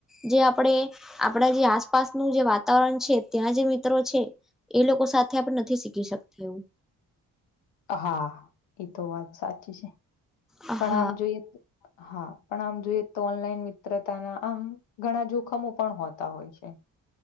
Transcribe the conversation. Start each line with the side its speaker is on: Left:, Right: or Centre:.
Centre: જે આપણેે આપડા જે આસપાસનું જે વાતાવરણ છે ત્યાં જે મિત્રો છે. એ લોકો સાથે આપણે નથી શીખી શકતા એવું.
Left: હા એ તો વાત સાચી છે
Centre: હા
Left: પણ આમ જોઈએ. હા પણ આમ જોઈએ તો ઓનલાઈન મિત્રતાના આમ ઘણા જોખમો પણ હોતા હોય છે.